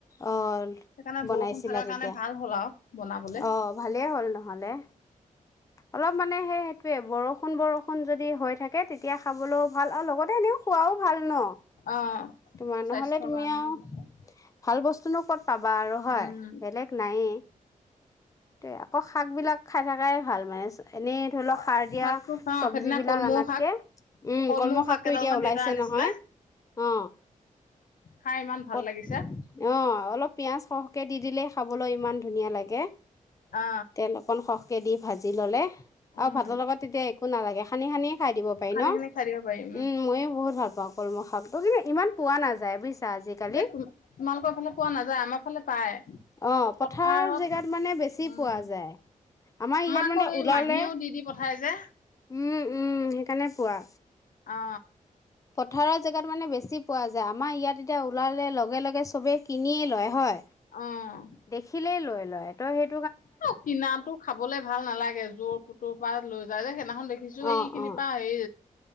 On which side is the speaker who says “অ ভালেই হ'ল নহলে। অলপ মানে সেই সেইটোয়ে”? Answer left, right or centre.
Left